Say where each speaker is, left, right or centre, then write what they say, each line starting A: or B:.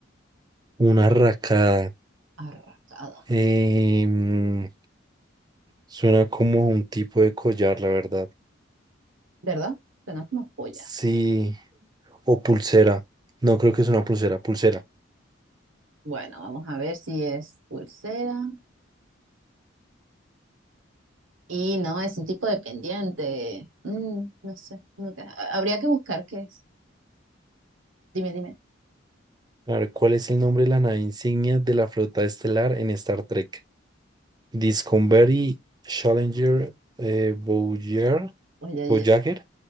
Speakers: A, on the right; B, on the right.
A: Una racada.
B: Arracada,
A: Em, suena como un tipo de collar, la verdad.
B: ¿verdad? Suena como polla.
A: Sí, o pulsera. No creo que es una pulsera, pulsera.
B: Bueno, vamos a ver si es pulsera. Y no, es un tipo dependiente. Mm, no sé, nunca. ha- Habría que buscar qué es. Dime, dime.
A: A ver, ¿cuál es el nombre de la nave insignia de la flota estelar en Star Trek? Discovery, Challenger, eh, Voyager,
B: Oye, oye,
A: Voyager